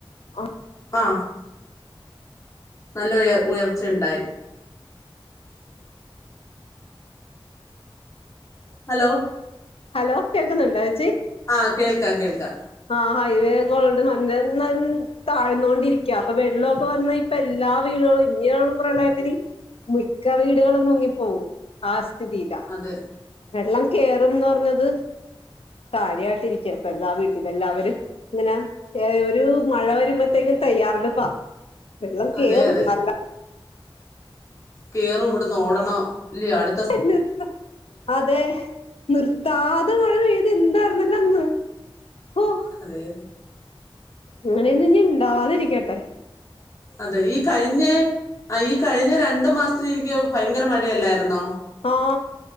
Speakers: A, on the left; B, on the left.
A: ആ
B: ആഹ് നല്ല ഉയർ ഉയർച്ചയുണ്ടായി ഹലോ
A: ഹലോ കേക്കുന്നുണ്ടാ ചേച്ചി
B: ആഹ് കേൾക്കാം കേൾക്കാം
A: ആഹ് ഹൈവേ <unintelligible> താഴ്ന്നോണ്ടിരിക്കുകാ അപ്പൊ വെള്ളമൊക്കെ വന്നാ ഇപ്പ എല്ലാ വീടുകളും ഇങ്ങനുള്ള പ്രളയത്തിന് മിക്ക വീടുകളും മുങ്ങിപ്പോകും ആ സ്ഥിതിയില്ല.
B: അതെ
A: വെള്ളം കേറുംന്ന് പറഞ്ഞത് കാര്യാട്ടിരിക്കാ പ്പം എല്ലാ വീട്ടിലും എല്ലാവരും ഇങ്ങനെ ഏ ഒരു മഴ വരുമ്പോത്തേക്കും തയ്യാറെടുപ്പാ. വെള്ളം കേറും
B: അതെ അതെ
A: നല്ല
B: കേറും ഇവിട്ന്ന് ഓടണം ല്ല അടു
A: നിർത്ത അതെ നിർത്താതെ മഴ പെയ്ത് എന്താ. <unintelligible>
B: അതെ.
A: അങ്ങനെയൊന്നും ഞ് ഇണ്ടാവാതിരിക്കട്ടെ.
B: അതെ ഈ കഴിഞ്ഞെ ആ ഈ കഴിഞ്ഞ രണ്ടു മാസത്തിനിരിക്കേ ഭയങ്കര മഴ. അല്ലായിരുന്നോ.
A: ആ